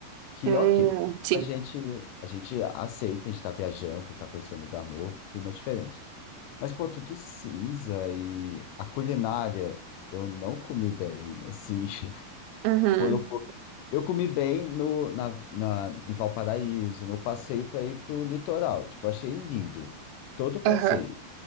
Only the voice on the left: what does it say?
Que
ok.
A gente, a gente aceita, a gente tá viajando, tá conhecendo um lugar novo, um clima diferente. Mas, pô, tudo cinza e a culinária eu não comi bem, assim. <laughs>
Foi um pouco. Eu comi bem no, na, na, em Valparaíso, no passeio para ir pro litoral. Tipo, achei lindo todo o
passeio.